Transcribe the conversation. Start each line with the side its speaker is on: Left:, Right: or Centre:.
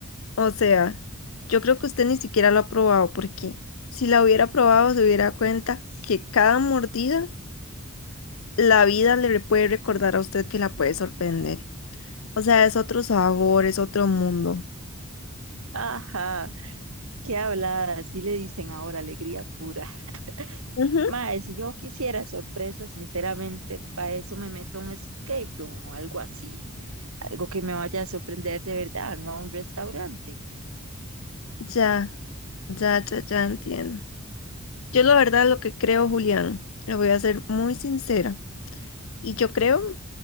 Left: O sea, yo creo que usted ni siquiera lo ha probado, porque si la hubiera probado, se hubiera dado cuenta que cada mordida, la vida le re- puede recordar a usted que la puede sorprender. O sea, es otro sabor, es otro mundo.
Right: <laughs> Ajá, qué hablada, así le dicen ahora, alegría pura.
Left: Ujú.
Right: <laughs> Mae, si yo quisiera sorpresa, sinceramente, para eso me meto a un escape room o algo así. Algo que me vaya a sorprender de verdad, no a un restaurante.
Left: Ya, ya, ya, ya entiendo. Yo la verdad lo que creo, Julián, le voy a ser muy sincera, y yo creo